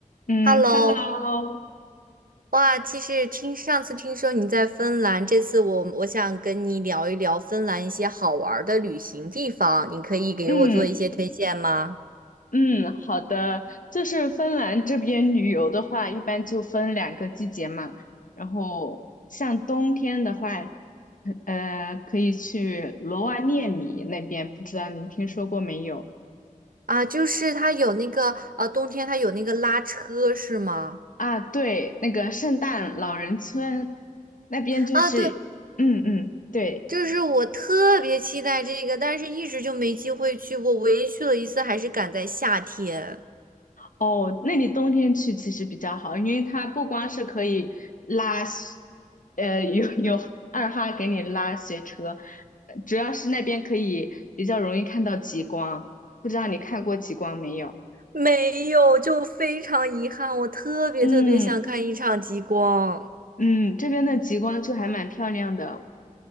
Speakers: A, on the left; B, on the right.
A: 嗯，Hello，
B: Hello，哇，其实听上次听说你在芬兰，这次我我想跟你聊一聊芬兰一些好玩儿的旅行地方，你可以给我做一些推荐吗？
A: 嗯嗯，好的，就是芬兰这边旅游的话，一般就分两个季节嘛。然后像冬天的话，呃，可以去罗瓦涅米那边，不知道您听说过没有？
B: 啊，就是它有那个呃，冬天它有那个拉车是吗？
A: 啊，对，那个圣诞老人村那边就是，
B: 啊，对，
A: 嗯嗯，对。
B: 就是我特别期待这个，但是一直就没机会去过，唯一去了一次还是赶在夏天，
A: 哦，那你冬天去其实比较好，因为它不光是可以拉雪，呃，有有二哈给你拉雪车，呃主要是那边可以比较容易看到极光。不知道你看过极光没有？
B: 没有，就非常遗憾，我特别特别想看一场极光。
A: 嗯嗯，这边的极光就还蛮漂亮的。